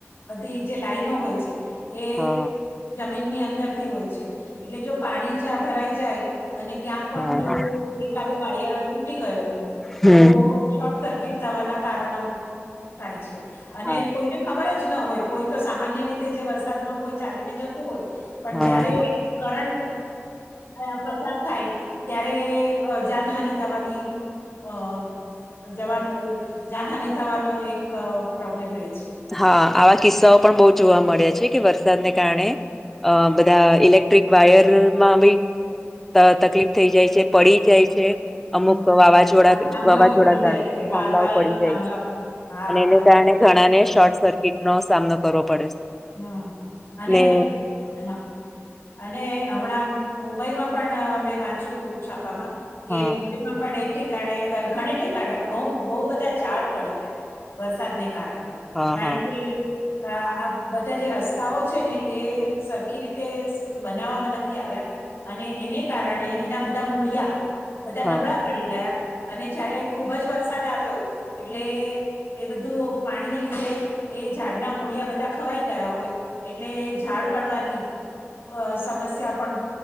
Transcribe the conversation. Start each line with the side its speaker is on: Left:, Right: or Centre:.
Left: બધી જે લાઈનો હોય છે, એ
Centre: હા
Left: જમીનની અંદર થી હોય છે, એટલે જો પાણી જ્યાં ભરાઈ જાય અને ક્યાં પણ
Centre: હા
Left: જો એકાદો વાયર તૂટી ગયો હોય
Centre: હમ
Left: તો શોર્ટ સર્કિટ થવાના કારણો થાય છે, અને
Centre: હા
Left: કોઈને ખબર જ ન હોય કોઈ તો સામાન્ય રીતે જે વરસાદમાં કોઈ ચાલીને જતું હોય પણ
Centre: હા
Left: જયારે કરન્ટ <unintelligible> પસાર થાય ત્યારે જાનહાની થવાની અ જવાનું જાનહાની થવાનો એક પ્રોબ્લેમ રેય છે.
Centre: હ આવા કિસ્સાઓ પણ બો જોવા મળે છે, કેે વરસાદને કારણે અ બધા ઇલેક્ટ્રિક વાયરમાં બી ત તકલીફ થઈ જાય છે, પડી જાય છે. અમુક
Left: હમ
Centre: વાવાઝોડા
Left: આ થાંભલાઓ
Centre: વાવાઝોડા
Left: પડી
Centre: કારણે
Left: જાય છે
Centre: થંભલાઓ
Left: વા વાયર
Centre: પડી
Left: ના
Centre: જાય
Left: થાંભલાઓ
Centre: છે.
Left: હા
Centre: અને એને
Left: બરાબર.
Centre: કારણે ઘણાને શોર્ટ સર્કિટનો સામનો કરવો પડે છે.
Left: હ અને
Centre: ને
Left: હા. અને હમણાં મુંબઈમાં પણ મેં વાંચ્યું તું છાપામાં કે
Centre: હા
Left: મુંબઈ માં પણ એક ઠેકાણે ઘણી ઠેકાણે બ બો બધા ઝાડ પડી ગયા વરસાદને કારણે
Centre: હા
Left: કારણ
Centre: હા
Left: કે આ આ બધા જે રસ્તાઓ છે, ને એ સરખી રીતે બનાવવામાં નથી આવ્યા અને એને કારણે એના બધા મૂળિયા બધા
Centre: હા
Left: નબળા પડી ગયા અને જયારે ખુબ જ વરસાદ આવ્યો એટલે એ બધું પાણીને લીધે એ ઝાડના મૂળિયા બધા ખવાઈ ગયા હોય એટલે ઝાડ પડવાની અ સમસ્યા પણ